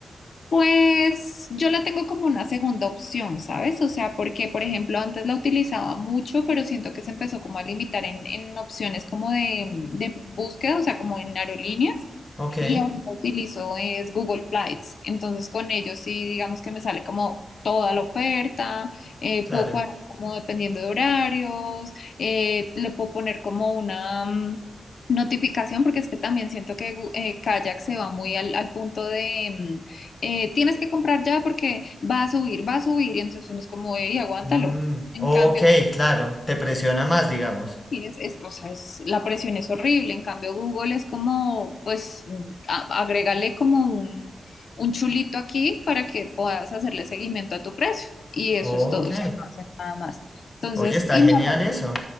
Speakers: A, on the left (about 70°); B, on the left (about 30°).
A: Pues yo la tengo como una segunda opción, ¿sabes? O sea, porque por ejemplo antes la utilizaba mucho, pero siento que se empezó como a limitar en, en opciones como de, de búsqueda, o sea, como en aerolíneas.
B: ok,
A: Y ahorita utilizo es Google Flights. Entonces con ellos sí, digamos que me sale como toda la oferta, eh,
B: claro.
A: puedo cuadrar como dependiendo de horarios, eh, le puedo poner como una mm, notificación, porque es que también siento que Gu- eh, Kayak se va muy al, al punto de mm, eh, tienes que comprar ya porque va a subir, va a subir, y entonces uno es como, y aguántalo.
B: Mm,
A: En
B: ok,
A: cambio,
B: claro, te presiona más, digamos.
A: y es, es- o sea, es- la presión es horrible. En cambio, Google es como, pues, a- agrégale como un, un chulito aquí para que puedas hacerle seguimiento a tu precio. Y eso
B: Ok.
A: es todo, o sea, no hace nada más. Entonces,
B: Oye, está
A: y
B: genial
A: me ha, ser-
B: eso.